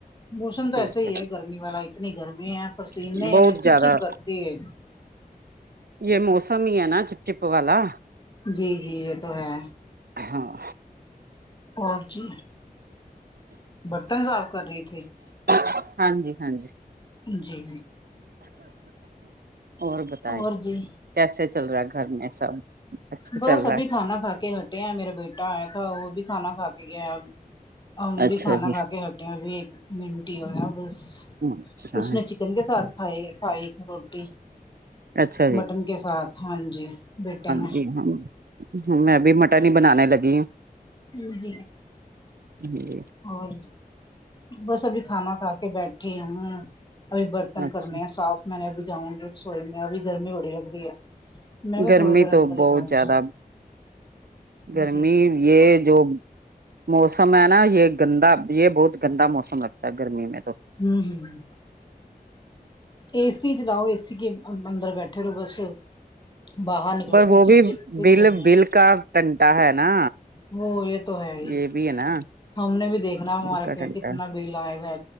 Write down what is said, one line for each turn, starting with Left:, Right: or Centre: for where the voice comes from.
Left: موسم تو
Right: ٹھیک
Left: ایسے ہی ہے گرمی والا اتنی گرمی ہے پسینے
Right: ہے بہت
Left: چپ
Right: زیادہ
Left: چپ کرٹتی ہے
Right: یہ موسم ہی ہے نا چپ چپ والا
Left: جی جی یہ تو ہے
Right: ہاں
Left: اور جی برتن صاف کر رہے تھے
Right: ہاں جی ہاں جی
Left: جی
Right: اور بتائے
Left: اور جی
Right: کیسے چل رہا ہے گھر میں سب اچھا
Left: بس
Right: چل رہا
Left: ابھی کھانا کھا کے ہٹے ہیں میرا بیٹا آیا تھا وہ بھی کھانا کھا کے گیاب ا
Right: ہے اچھا
Left: بھی کھانا
Right: جی
Left: کا کے ہٹیا بھی ایک منٹ ہی ہویا بس
Right: اچھا
Left: اس نے چکن کے ساتھھ کھائی روٹی
Right: اچھا
Left: مٹن
Right: جی
Left: کے ساتھ ہاں جی بیٹن
Right: جی ہاں ہم میں ابھی مٹن ہی بنانے لگی ہ
Left: جی ج
Right: جی
Left: اور بس ابھی کھانا کھا کے بیٹھے ہیں ابھی برتن
Right: اچھا
Left: کرنے ہیں صاف میں نے اب جاؤں گی رسوئی میں ابھی گرمی بڑی لگ رہی ہے میں بھی
Right: گرمی
Left: تھوڑی دیر اندر
Right: تو بہت
Left: ہی بیٹھ
Right: زیادہ
Left: جاؤں
Right: گرمی
Left: جی ہوں
Right: یہ جو موسم ہے نا یہ گندا یہ بہت گندا موسم لگتا ہے گرمی میں تو
Left: ہوں ہوں اے س چلاؤ اےسی کے اندر بیٹھے رہو بس باہر نکلو
Right: پر
Left: پھر
Right: وہ
Left: چپ
Right: بھی
Left: چپ پھر
Right: بل
Left: گرمی
Right: بل کا ٹنٹا ہے نا
Left: وہ یہ تو ہے ہی
Right: یہ بھی ہے نا
Left: ہم نے بھی دیکھنا ہمارا
Right: بل کا
Left: کیا
Right: ٹنٹا
Left: کتنا بیل آئے گا